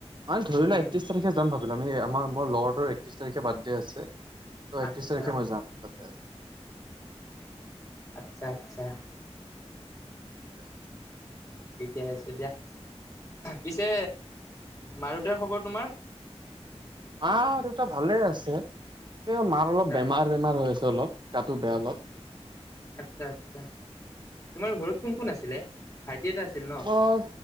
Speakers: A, on the right; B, on the left.
A: মানে
B: উম
A: ধৰিলোৱা একত্ৰিছ তাৰিখে যাম ভাবিলো আমি আমাৰ মোৰ লগতটোৰ একত্ৰিছ তাৰিখে বাদ ডে আছে ত একত্ৰিশ
B: আচ্ছা
A: তাৰিখে মই যাম তাতে
B: আচ্ছা আচ্ছা
A: এটোৱে
B: ঠিকে আছে দিয়া পিছে মাৰুতোৱে খবৰ তোমাৰ?
A: মা দেউতা ভালে আছে। মাৰ অলপ
B: আচ্ছা
A: বেমাৰ বেমাৰ হৈ আছ জলপ গাতো বেয়া অলপ।
B: আচ্ছা আচ্ছা তোমাৰ ঘৰত কোন কোন আছিলে? ভাইটি এটা আছিল ন
A: মই